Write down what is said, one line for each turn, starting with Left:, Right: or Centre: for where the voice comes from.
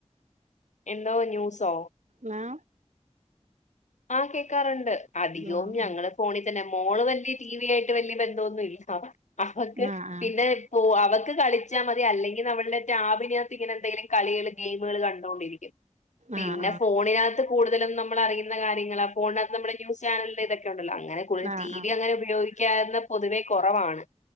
Left: എന്തോ ന്യൂസോ?
Right: ങ്ങ.
Left: ആഹ് കേക്കാറ്ണ്ട് അധികോം
Right: ആഹ്
Left: ഞങ്ങള്. ഫോണി തന്നെ മോള് വല്ലൃ ടി വി ആയിട്ട് വല്ലൃ ബന്ധോന്നു ഇല്ല അവ അവക്ക്
Right: ആഹ് ആഹ് ആഹ്
Left: പിന്നെ. ഓ അവക്ക് കളിച്ചാ മതി അല്ലെങ്കിൽ അവള്ടെ ടാബിനാത്ത് ഇങ്ങനെന്തെങ്കിലും കളികൾ ഗെയിമുകൾ കണ്ടോണ്ടിരിക്കും. പിന്നെ
Right: ആഹ്
Left: ഫോണിനാത്ത് കൂടുതലും നമ്മളറിയു യുന്ന കാര്യങ്ങളാ ഫോണിനാത്ത് നമ്മള് ന്യൂസ് ചാനല്ന്റെ ഇതൊക്കെ ഒണ്ടല്ലോ അങ്ങനെ കൂട്ൽ
Right: ആഹ്
Left: ടി വി അങ്ങനെ ഉപയോഗി ക്ക്യാന്നെ പൊതുവെ കൊറവാണ്.